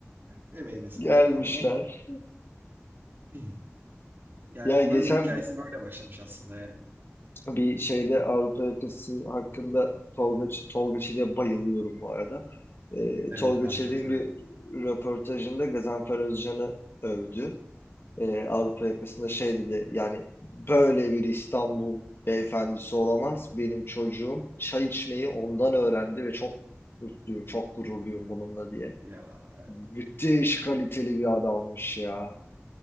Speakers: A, on the right; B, on the left.
A: yani emeğine sağlık
B: gelmişler.
A: tamam ama <clears throat> yani
B: Ya
A: onların
B: geçen
A: da hikayesi böyle başlamış aslında yani.
B: bir şeyde Avrupa yakası hakkında Tolga, Ç- Tolga Çevik'e bayılıyorum bu arada. Ee,
A: Evet
B: Tolga
A: ben
B: Çevik'in
A: de çok severim.
B: bir röportajında Gazanfer Özcan'ı övdü. Ee, Avrupa yakasında şey dedi yani böyle bir İstanbul beyefendisi olamaz. Benim çocuğum çay içmeyi ondan öğrendi ve çok mutluyum, çok gururluyum bununla diye.
A: Ya evet,
B: Müthiş kaliteli bir adammış ya.